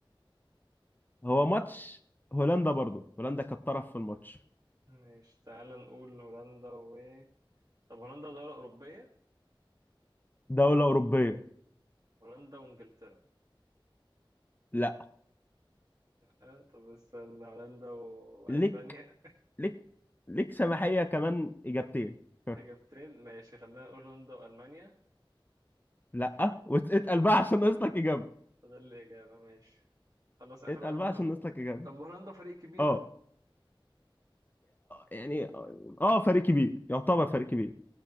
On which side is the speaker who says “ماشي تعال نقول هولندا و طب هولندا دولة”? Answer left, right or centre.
Right